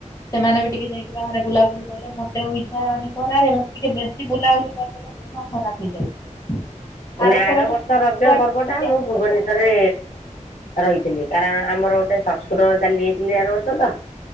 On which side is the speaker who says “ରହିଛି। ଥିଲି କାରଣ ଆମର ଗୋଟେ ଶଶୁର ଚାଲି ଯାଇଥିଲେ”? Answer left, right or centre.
Left